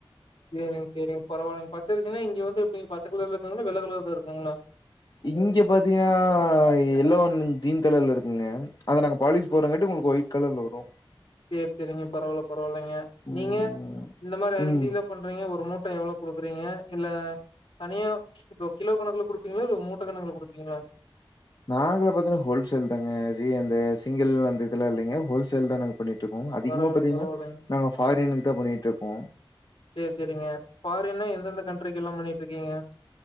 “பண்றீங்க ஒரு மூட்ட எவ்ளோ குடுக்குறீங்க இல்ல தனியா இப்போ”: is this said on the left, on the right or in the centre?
Left